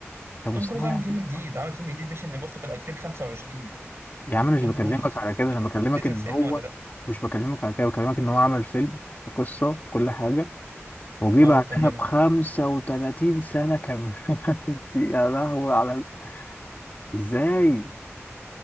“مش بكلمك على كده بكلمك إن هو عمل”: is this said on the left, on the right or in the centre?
Left